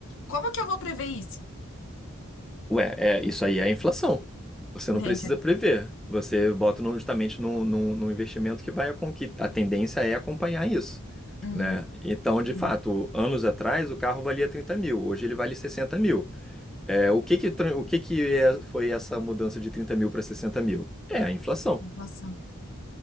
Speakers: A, on the left; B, in the centre.
A: Como que eu vou prever isso?
B: Ué, é, isso aí é inflação. Você
A: Entende?
B: não precisa prever. Você bota no- justamente num no, no, investimento que vai a que A tendência é acompanhar isso.
A: Hum,
B: Né? Então,
A: uhum,
B: de fato, anos atrás o carro valia 30 mil, hoje ele vale 60 mil. É, o que que, tran- o que, que é- foi essa mudança de 30 mil para 60 mil? É a inflação.
A: inflação.